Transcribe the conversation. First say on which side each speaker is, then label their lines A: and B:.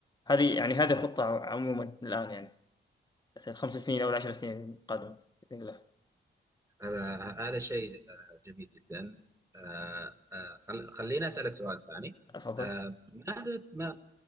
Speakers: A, on the left; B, on the right.
A: هذه يعني هذه خطة عموما الآن يعني مثلا الخمس سنين أو العشر سنين القادمة بإذن الله
B: هذا هذا شيء آه، جميل جدا آه، آه، خل- خليني أسألك سؤال ثاني
A: أفضل
B: آه، ماذا ما